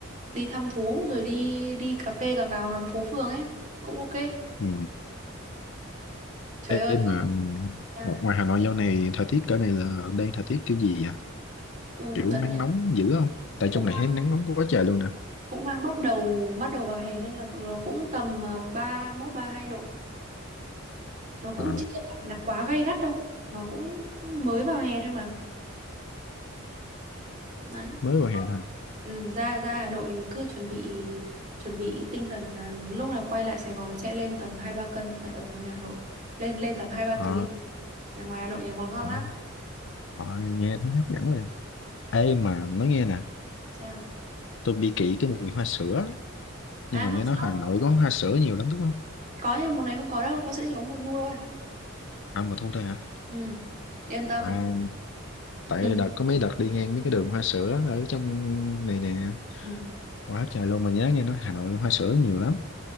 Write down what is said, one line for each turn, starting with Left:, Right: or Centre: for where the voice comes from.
Right: đi thăm thú rồi đi đi cà phê cà pháo ngắm phố phường ấy cũng ok
Left: Ừ.
Right: trời
Left: Ê
Right: ơi
Left: mà
Right: cứ-
Left: ừm,
Right: sao
Left: ngo- ngoài Hà Nội dạo này thời tiết cỡ này là đang thời tiết kiểu gì vậy?
Right: ừ,
Left: Kiểu
Right: đợt
Left: nắng
Right: này
Left: nóng dữ không? Tại
Right: cũng
Left: trong này thấy nắng nóng quá trời luôn nè.
Right: cũng đang bắt đầu bắt đầu vào hè nên là nó cũng tầm ờ, ba mốt ba hai độ. Nó cũng
Left: Ờ,
Right: chưa phải là quá gay gắt đâu. Nó cũng mới vào hè thôi mà. Đấy.
Left: mới vào
Right: Thôi,
Left: hè thôi.
Right: Ừ, ra ra Hà Nội thì cứ chuẩn bị chuẩn bị tinh thần là lúc nào quay lại Sài Gòn sẽ lên tầm 2 3 cân tại ở ngoài Hà Nội. Lên lên tầm hai ba
Left: Ờ,
Right: ký Là ngoài Hà Nội nhiều món ngon
Left: ờ,
Right: lắm.
Left: ờ, nghe thấy hấp dẫn quá vậy. Ê mà nói nghe nè,
Right: Sao?
Left: tôi bị kỵ cái mùi hoa sữa. Nhưng
Right: À
Left: mà
Right: hoa
Left: nghe nói
Right: sữa.
Left: Hà Nội có hoa sữa nhiều lắm đúng không?
Right: Có nhưng mà món này không có đâu, hoa sữa chỉ có mùa thu thôi.
Left: À mà thôi thôi hả?
Right: Ừ. Yên tâm.
Left: À, tại
Right: <laughs>
Left: đợt có mấy đợt đi ngang mấy cái đường hoa sữa ở trong này nè.
Right: Ừ.
Left: Quá trời luôn mà nhớ nghe nói Hà Nội hoa sữa nhiều lắm.